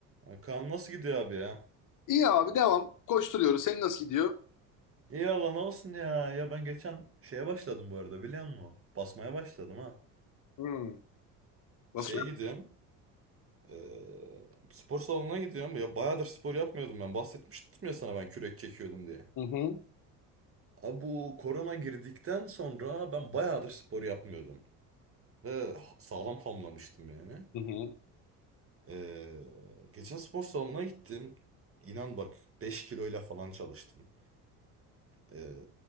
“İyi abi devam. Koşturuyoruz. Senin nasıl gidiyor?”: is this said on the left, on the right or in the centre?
Left